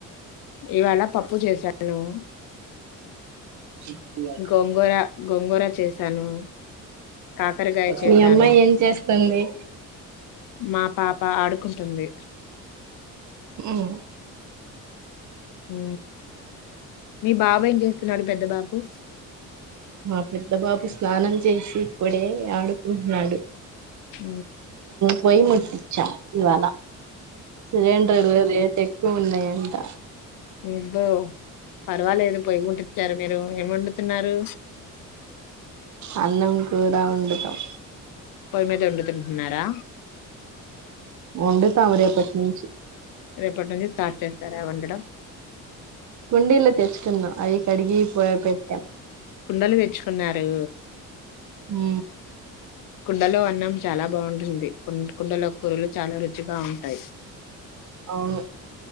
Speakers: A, on the left; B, on the right.
A: ఇవాళ పప్పు చేశా <unintelligible>
B: షాపింగ్ యాక్
A: గోంగూర గోంగూర చేశాను కాకరకాయ చేశాను
B: మీ అమ్మాయి ఏం చేస్తుంది
A: మా పాప ఆడుకుంటుంది
B: మ్మ్
A: అ మీ బాబా ఏం చేస్త నాడు పెద్ద బాబు
B: మా పెద్ద బాబు స్నానం చేసి ఇప్పుడే ఆడుకుంటున్నాడు
A: హ
B: పోొ్యి ముట్టిచ్చా ఇవాళ సిలిండర్లుతే ల ఎంట
A: ఇద పర్వాలేదు పొయ ముట్టిచ్చారు మీరు ఏం వండుతున్నారు
B: అన్నం కూర ఉంతాం
A: పొయి మీద వండుతుంటున్నారా
B: వండితాంరేపట్ నుంచి
A: రేపటి నుంచి స్టార్ట్ చేస్తార వండడం
B: కుండీలో తెచ్చుకున్నాం అవి కడిగి పెట్టాం
A: కుండలు తెచ్చుకున్నారు
B: హ
A: కుండలో అ న్నం చాలా బాగుంటుంది కు కుండల కూరలు చాలా రుచిగా ఉంటాయి
B: అవును